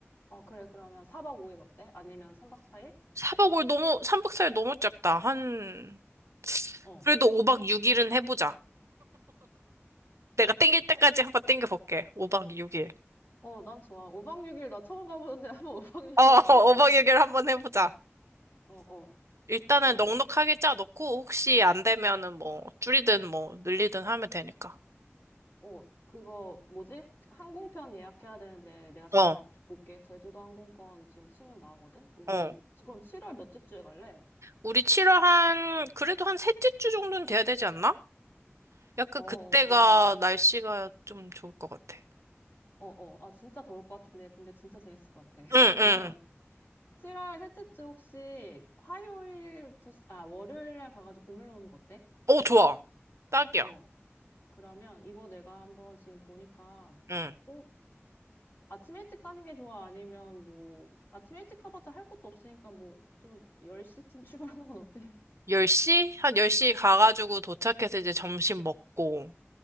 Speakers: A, on the left (about 50°); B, on the right (about 80°).
A: 어, 그래. 그러면 4박 5일 어때? 아니면 3박 4일?
B: 사박 5일 너무, 3박 4일 너무 짧다. 한,
A: 어.
B: 그래도 5박 6일은 해보자. 내가 땡길 때까지 한 번 땡겨볼게. 5박 6일.
A: 어, 난 좋아. 5박 6일 나 처음 가보는데 <laughs> 한번 5박 6일
B: 어, <laughs>
A: 가보자.
B: 5박 6일 한번 해보자.
A: 어, 어.
B: 일단은
A: 그래.
B: 넉넉하게 짜놓고 혹시 안 되면은 뭐 줄이든 뭐 늘리든 하면 되니까.
A: 어, 그거 뭐지? 항공편 예약해야 되는데 내가 잠깐
B: 어,
A: 볼게. 제주도 항공권 지금 치면 나오거든? 우리
B: 어.
A: 지금 7월 몇째 주에 갈래?
B: 우리 7월 한 그래도 한 셋째 주 정도는 돼야 되지 않나? 약간
A: 어,
B: 그때가
A: 어, 좋아, 좋아.
B: 날씨가 좀 좋을 것 같아.
A: 어, 어. 아, 진짜 더울 것 같은데. 근데 진짜 재밌을 것 같아. <laughs>
B: 응,
A: 그러면
B: 응.
A: 7월 셋째 주 혹시 화요일부터, 시- 아, 월요일 날 가가지고 금요일로 오는 거 어때?
B: 오, 좋아. 딱이야.
A: 어. 그러면 이거 내가 한번 지금 보니까,
B: 응.
A: 어, 아침 일찍 가는 게 좋아? 아니면 뭐, 아침 일찍 가봤자 할 것도 없으니까 뭐, 좀 10시쯤 <laughs> 출발하는 건 어때?
B: 10시? 한 10시 가가지고
A: 어,
B: 도착해서 이제 점심 먹고